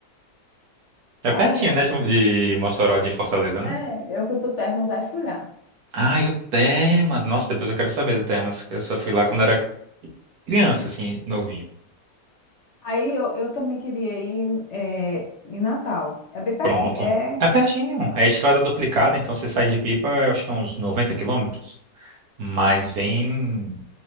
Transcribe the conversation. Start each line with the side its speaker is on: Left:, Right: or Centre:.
Right: É
Left: Ah,
Right: pertinho,
Left: é.
Right: né, de de Mossoró de Fortaleza, né?
Left: É, eu fui pro Termas, aí fui lá.
Right: Ah, e o Termas. Nossa, depois eu quero saber do Termas. Eu só fui lá quando era criança, assim, novinho.
Left: Aí eu, eu também queria ir é, em Natal. É bem pertinho.
Right: Pronto.
Left: É,
Right: É pertinho. É estrada duplicada, então você sai de Pipa, eu acho que é uns 90 quilômetros. Mas
Left: sim.
Right: vem